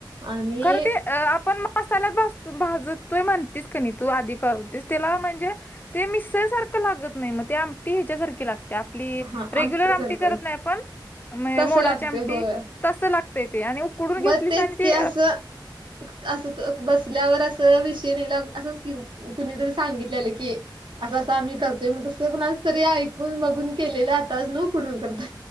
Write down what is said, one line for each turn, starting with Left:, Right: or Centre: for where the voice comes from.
Right: आणि
Left: खरं ते आपण म मसाल्यात भाजतून भाजतोय म्हणतीस क नाही तू आधी करतेस त्याला म्हणजे ते मिसळसारखं लागत नाही मते आमटी ह्याच्यासारखी लाग ते आपली
Right: हां
Left: रेग्युलर आमटी
Right: सारखं
Left: करत
Right: लागतं
Left: नाही आपण मे
Right: तसं
Left: मोडाची
Right: लागतंय
Left: आमटी
Right: होय.
Left: तसं लागतय ते आणि उकडून घेतलीस
Right: मग तेच
Left: आणि ते
Right: की असं असं तो क बसल्यावरस तर विषयनेला असाच क्यू कुणीतरी सांगितलेलं की असं असा आम्ही कर ते मग तसं कुणा तरी ऐकून बघून केलेलं आताज न उकडून करताय.